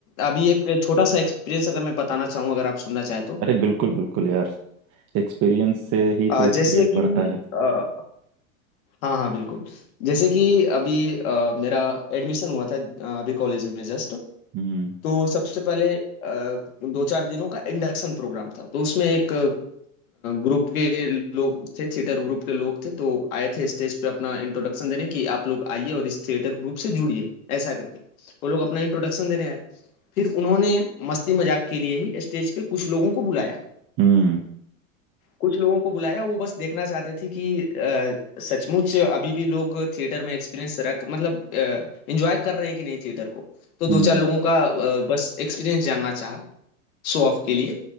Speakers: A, on the left; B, on the right.
A: अभी एक छोटा सा एक्सपीरियंस अगर मैं बताना चाहूँ अगर आप सुनना चाहें तो
B: अरे बिल्कुल बिल्कुल यार एक्सपीरियंस से ही
A: अ,
B: तो एक्सपीरियंस
A: जैसे
B: बढ़ता
A: कि
B: है
A: अ, हाँ हाँ बिल्कुल जैसे कि अभी अ, मेरा एडमिशन हुआ था अ, अभी कॉलेज में जस्ट
B: हम्म
A: तो सबसे पहले अ, दो चार दिनों का इंडक्शन प्रोग्राम था तो उसमें एक ग्रुप के लोग थे थिएटर ग्रुप के लोग थे तो आए थे स्टेज पे अपना इंट्रोडक्शन देने कि आप लोग आइए और इस थिएटर ग्रुप से जुड़िए ऐसा करके वो लोग अपना इंट्रोडक्शन देने आए फिर उन्होंने मस्ती मजाक के लिए ही स्टेज पे कुछ लोगों को बुलाया
B: हम्म
A: कुछ लोगों को बुलाया वो बस देखना चाहते थे कि अ, सचमुच अभी भी लोग थिएटर में एक्सपीरियंस रख मतलब एंजॉय कर रहे हैं कि नहीं थिएटर को तो दो
B: हम्म
A: चार लोगों का अ, बस एक्सपीरियंस जानना चाहा शो ऑफ के लिए